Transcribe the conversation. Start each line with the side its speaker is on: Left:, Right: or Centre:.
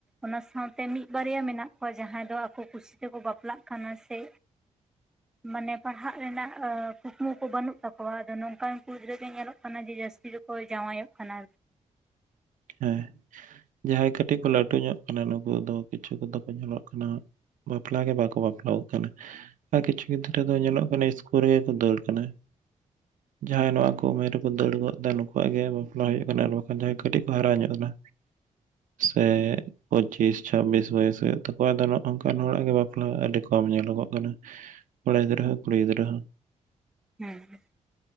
Centre: ᱚᱱᱟ ᱥᱟᱶᱛᱮ ᱢᱤᱫ ᱵᱟᱨᱭᱟ ᱢᱮᱱᱟᱜ ᱠᱚᱣᱟ ᱡᱟᱦᱟᱸᱭ ᱫᱚ ᱟᱠᱚ ᱠᱩᱥᱤ ᱛᱮᱠᱚ ᱵᱟᱯᱞᱟᱜ ᱠᱟᱱᱟ ᱥᱮ,
Right: <inaudible>
Centre: ᱢᱟᱱᱮ ᱯᱟᱲᱦᱟᱜ ᱨᱮᱱᱟᱜ ᱟᱹᱯ, ᱠᱩᱠᱢᱩ ᱠᱚ ᱵᱟᱹᱱᱩᱜ ᱛᱟᱠᱚᱣᱟ ᱟᱫᱚ ᱱᱚᱝᱠᱟᱱ ᱠᱩᱲᱤ ᱜᱤᱫᱽᱨᱟᱹ ᱜᱮ ᱧᱮᱞᱚᱜ ᱠᱟᱱᱟ ᱡᱮ ᱡᱟᱹᱥᱛᱤ ᱫᱚᱠᱚ ᱡᱟᱶᱭᱚᱜ ᱠᱟᱱᱟ᱾
Right: ᱦᱮᱸ ᱡᱟᱦᱟᱸᱭ ᱠᱟᱹᱴᱤᱡ ᱠᱚ ᱞᱟᱹᱴᱩ ᱧᱚᱜ ᱠᱟᱱᱟ ᱱᱩᱠᱩ ᱫᱚ ᱠᱤᱪᱷᱩ ᱠᱚᱫᱚ ᱠᱚ ᱧᱮᱞᱚᱜ ᱠᱟᱱᱟ᱾ ᱵᱟᱯᱞᱟᱣ ᱜᱮ ᱵᱟᱠᱚ ᱵᱟᱯᱞᱟᱣ ᱠᱟᱱᱟ᱾ ᱟᱨ ᱠᱤᱪᱷᱩ ᱜᱤᱫᱽᱨᱟᱹ ᱫᱚ ᱧᱮᱞᱚᱜ ᱠᱟᱱᱟ ᱤᱥᱠᱩᱞ ᱨᱮᱜᱮ ᱠᱚ ᱫᱟᱹᱲ ᱠᱟᱱᱟ᱾ ᱡᱟᱦᱟᱸᱭ ᱱᱚᱣᱟ ᱠᱚ ᱩᱢᱮᱨ ᱨᱮᱠᱚ ᱫᱟᱹᱲ ᱜᱚᱫ ᱫᱟ ᱱᱩᱠᱩᱣᱟᱜ ᱜᱮ ᱵᱟᱯᱞᱟ ᱦᱩᱭᱩᱜ ᱠᱟᱱᱟ ᱟᱨ ᱵᱟᱠᱷᱟᱱ ᱡᱟᱦᱟᱸᱭ ᱠᱟᱹᱴᱤᱜ, ᱦᱟᱨᱟ ᱧᱚᱜ ᱮᱱᱟ᱾ ᱥᱮ ᱯᱩᱪᱤᱥ ᱪᱷᱟᱵᱽᱵᱤᱥ ᱵᱟᱹᱭᱮᱥ ᱦᱩᱭᱩᱜ ᱛᱟᱠᱚᱣᱟ ᱟᱫᱚ ᱱᱚᱜ ᱱᱚᱝᱠᱟᱱ ᱦᱚᱲᱟᱜ ᱜᱮ ᱵᱟᱯᱞᱟ ᱟᱹᱰᱤ ᱠᱚᱢ ᱧᱮᱞᱚᱜ-ᱟ᱾ ᱵᱟᱱᱟ ᱠᱚᱲᱟ ᱜᱤᱫᱽᱨᱟᱹ ᱦᱚᱸ ᱠᱩᱲᱤ ᱜᱤᱫᱽᱨᱟᱹ ᱦᱚᱸ᱾
Centre: ᱦᱮᱸ᱾